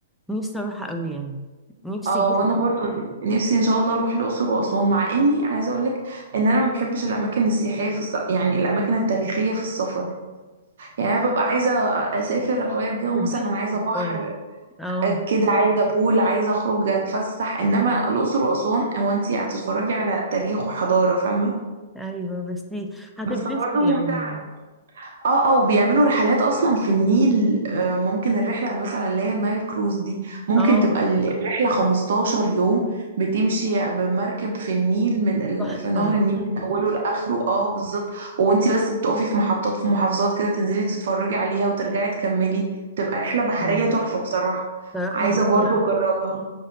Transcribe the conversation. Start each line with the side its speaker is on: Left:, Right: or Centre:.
Centre: نفسي أروحها أوي يعني نفسي
Right: اه
Centre: جدا
Right: وانا برضو نفسي ان شاء الله اروح الاقصر واسوان مع اني عايزه اقول لك ان انا ما بحبش الاماكن السياحيه في الس- يعني الاماكن التاريخيه في السفر يعني انا ببقى عايزه اسافر اغير جو مثلا
Centre: هتتبسطي
Right: عايزه بحر
Centre: اه اه
Right: آه، كده عايزه بول عايزه اخرج اتفسح انما الاقصر واسوان هو انت هتتفرجي على تاريخ وحضاره فاهمه
Centre: أيوه بس هتتبسطي
Right: بس برضو ممتعه
Centre: يعني
Right: اه اه وبيعملوا رحلات اصلا في النيل آه، ممكن الرحله مثلا اللي هي النايل كروز دي ممكن
Centre: اه
Right: تبقى ال- الرحله 15 يوم بتمشي بمركب في النيل من ال...
Centre: تحفة
Right: في نهر النيل من اوله لاخره اه بالظبط وانتي بس بتقفي في محطات في محافظات كده تنزلي تتفرجي عليها وترجعي تكملي بتبقى رحله بحريه
Centre: اه
Right: تحفه بصراحه
Centre: صراحة
Right: عايزه
Centre: <laughs>
Right: برضو
Centre: ج-
Right: اجربها